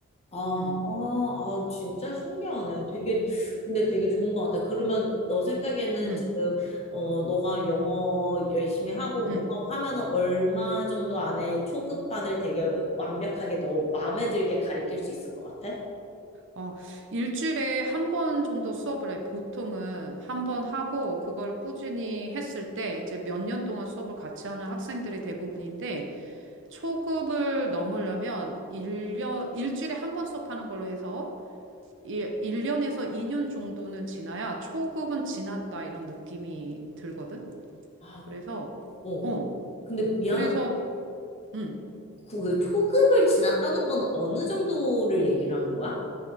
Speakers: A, on the left; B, on the right.
A: 아, 아,
B: 응,
A: 진짜 신기하네. 되게, 근데 되게 좋은 것 같아. 그러면 너 생각에는
B: 응,
A: 지금, 어, 너가 영어 열심히 하고 뭐
B: 응.
A: 하고 하면은 얼마 정도 안에 초급반을 되게 완벽하게 너 마음에 들게 가르칠 수 있을 것 같아?
B: 어, 일주일에 한 번 정도 수업을 해. 보통은 한 번 하고 그걸 꾸준히 했을 때 이제 몇 년 동안 수업을 같이 하는 학생들이 대부분인데 초급을 넘으려면 일년 일주일에 한 번 수업하는 걸로 해서 이 1년에서 2년 정도는 지나야 초급은 지났다 이런 느낌이 들거든.
A: 아,
B: 그래서,
A: 어.
B: 어,
A: 근데 미안한
B: 그래서, 음,
A: 그, 그 초급을 지났다는 건 어느 정도를 얘기를 하는 거야?